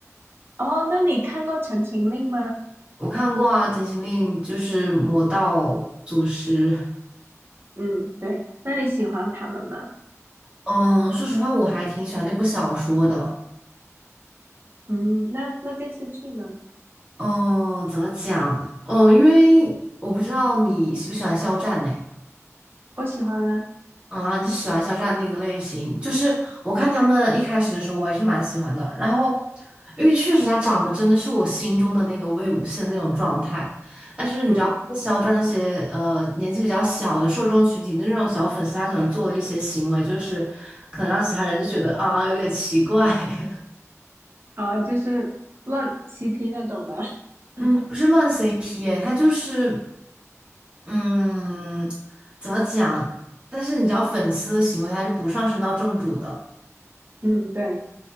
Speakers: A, on the right; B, on the right.
A: 哦，那你看过《陈情令》吗？
B: 我看过啊，《减行令》就是魔道祖师。
A: 嗯，对，那你喜欢他们吗？
B: 嗯，说实话，我还挺喜欢那部小说的。
A: 嗯，那那电视剧呢？
B: 嗯，怎么讲？嗯，因为我不知道你喜不喜欢肖战呢？
A: 我喜欢啊，
B: 啊，你是喜欢肖战那个类型？就是我看他们一开始的时候，我还是蛮喜欢的。然后，因为确实他长得真的是我心中的那个魏无羡的那种状态。但是你知道，
A: 嗯，
B: 肖战那些呃年纪比较小的受众群体的那种小粉丝，他可能做了一些行为，就是可能让其他人就觉得啊有点奇怪。<laughs>
A: 啊、就是乱 CP 那种吗？
B: 嗯，
A: <laughs>
B: 不是乱 CP 哎，他就是嗯怎么讲？但是你知道，粉丝的行为他是不上升到正主的。
A: 嗯，对，